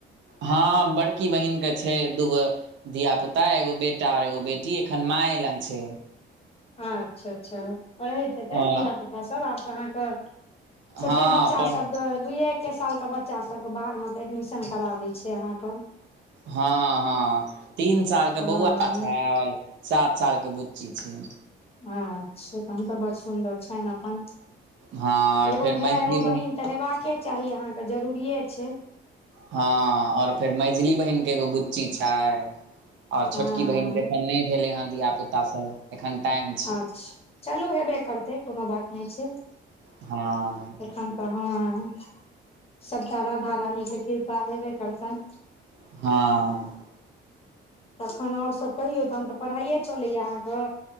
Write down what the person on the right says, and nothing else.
हँ बड़की बहिनके छै दूगो धिया पुता एगो बेटा ओर एगो बेटी एखन माऐ लग छै
अ
हँ
पर
हँ हँ तीन साल के
बौआ छै सात सालके बुच्ची छै
हँ
फेर
मझली
हँ और फेर मझली बहिन के एगो बुच्ची छै और छोटकी
बहिन के एखन नहि भेले हेँ धिय पुता सब एखन टाईम
हँ
हँ